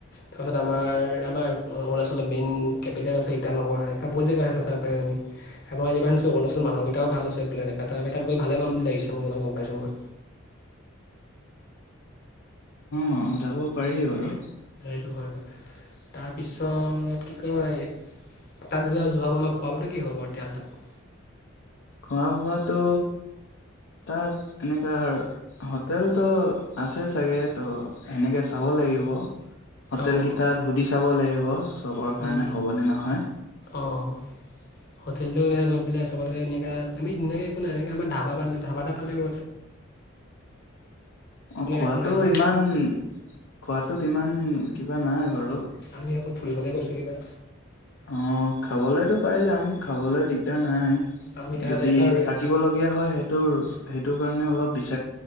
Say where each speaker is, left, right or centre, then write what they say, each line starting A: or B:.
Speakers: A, on the left; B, on the left.
A: <unintelligible> আমাৰ-আমাৰ অৰুণাচৰ মেইন কেপিটেল আছে ইটানগৰ। এনেকা বহুত জেগা আছে চা-চাব পাৰিম আমি। <unintelligible> অৰুণাচল মানুহকেইটাও ভাল আছে বোলে দেখাত আৰু আমি তাত গৈ ভালেই পাম বুলি লাগিছে মই যিমান গম পাইছোঁ মই।
B: অ', যাব পাৰি বাৰু।
A: <unintelligible> তাৰপিছত কি কয়, তাত যদিবা যোৱা হোৱা হয় আমাক খোৱা-বোৱাতো কি হ'ব, বাৰু তেতিয়াহ'লে তাত?
B: খোৱা-বোৱাতো, তাত তেনেকা হোটেলতো আছে চাগে, তো সেনেকে চাব লাগিব। হোটেল
A: অ',
B: কেইটাৰ সুধি চাব লাগি ব সবৰ
A: উম,
B: কাৰণে হ'বনে নহয়।
A: অ'। হোটেলটো এনেকে গৈ পেলাই <unintelligible> এনেকা আমি এনেকে একো নাই আমাৰ ধাবা পালে ধাবাটা পালে, <unintelligible>
B: অ' খোৱাটো
A: একো নাই নহয়
B: ইমান খোৱাটোত ইমান কিবা নাই বাৰু।
A: আমি অকল ফুৰিবলৈ গৈছোঁ কিবা?
B: অ' খাবলেতো পাই যাম, খাবলে দিগদাৰ নাই।
A: আমি তাৰ
B: যদি
A: এটা
B: থাকিব লগীয়া হয়। সেই তেওঁৰ সেইটোকাৰণে অলপ বিচ